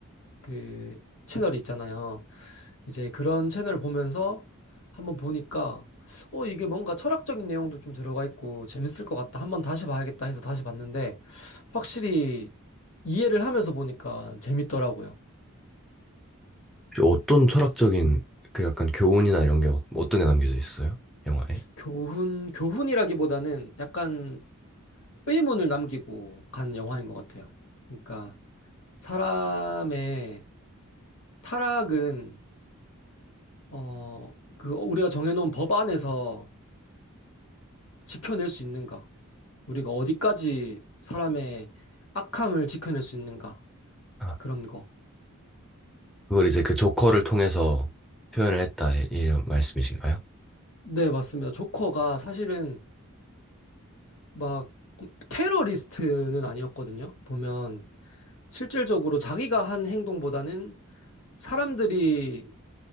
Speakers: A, on the left; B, in the centre.
A: 그 채널이 있잖아요. 이제 그런 채널을 보면서 한번 보니까 어, 이게 뭔가 철학적인 내용도 좀 들어가 있고 재밌을 것 같다. 한번 다시 봐야겠다 해서 다시 봤는데 확실히 이해를 하면서 보니까 재밌더라고요.
B: 혹시 어떤 철학적인 그 약간 교훈이나 이런 게 어- 어떤 게 남겨져 있어요? 영화에?
A: 교훈, 교훈이라기보다는 약간 의문을 남기고 간 영화인 것 같아요. 그러니까 사람의 타락은 어, 그 우리가 정해놓은 법 안에서 지켜낼 수 있는가? 우리가 어디까지 사람의 악함을 지켜낼 수 있는가?
B: 아.
A: 그런 거.
B: 그걸 이제 그 조커를 통해서 표현을 했다 이- 이런 말씀이신가요?
A: 네, 맞습니다. 조커가 사실은 막 테러리스트는 아니었거든요. 보면 실질적으로 자기가 한 행동보다는 사람들이